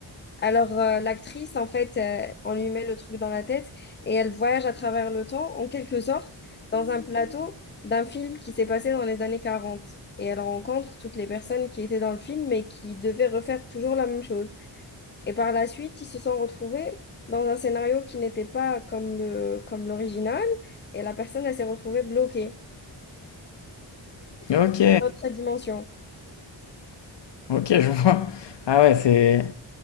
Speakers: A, on the left; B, on the left.
A: Alors, euh, l'actrice, en fait, euh, on lui met le truc dans la tête et elle voyage à travers le temps, en quelque sorte, dans un plateau d'un film qui s'est passé dans les années 40. Et elle rencontre toutes les personnes qui étaient dans le film et qui devaient refaire toujours la même chose. Et par la suite, ils se sont retrouvés dans un scénario qui n'était pas comme le, comme l'original et la personne, elle s'est retrouvée bloquée
B: Ok,
A: dans l'autre dimension.
B: ok, je vois. Ah ouais, c'est